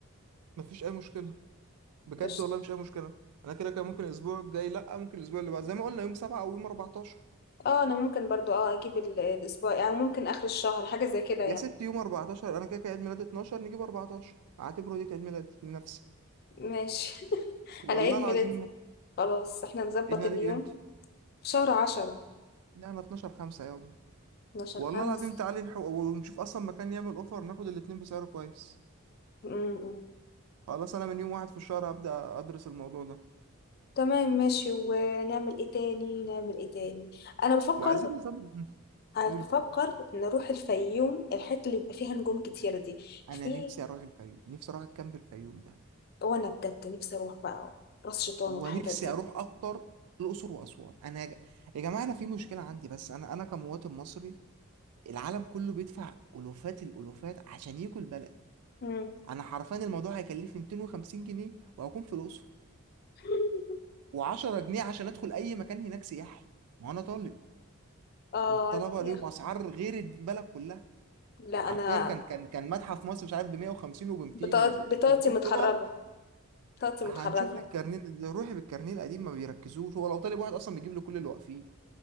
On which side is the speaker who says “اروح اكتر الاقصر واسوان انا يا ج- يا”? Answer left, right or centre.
Right